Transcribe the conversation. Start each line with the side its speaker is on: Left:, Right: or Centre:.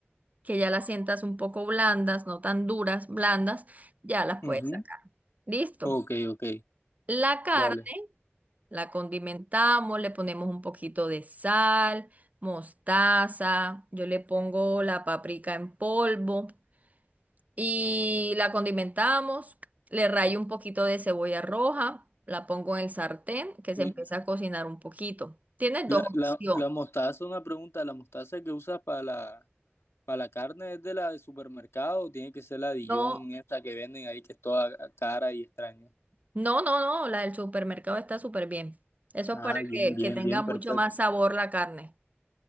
Right: que ya las sientas un poco blandas, no tan duras, blandas, ya las
Left: Ujú.
Right: puedes sacar. Listo.
Left: Ok, ok,
Right: La carne.
Left: dale.
Right: La condimentamos, le ponemos un poquito de sal, mostaza, yo le pongo la paprika en polvo y la condimentamos, le rayo un poquito de cebolla roja, la pongo en el sartén que se
Left: Y
Right: empieza a cocinar un poquito. Tienes
Left: La,
Right: dos opciones.
Left: la, la mostaza, una pregunta, ¿la mostaza que usas para la, para la carne es de la de supermercado o tiene que ser la Dijon,
Right: No,
Left: esta que venden ahí que es toda cara y extraña?
Right: no, no, no, la del supermercado está súper bien. Eso
Left: Ah,
Right: es para
Left: bien,
Right: que,
Left: bien,
Right: que tenga
Left: bien,
Right: mucho
Left: perfecto.
Right: más sabor la carne.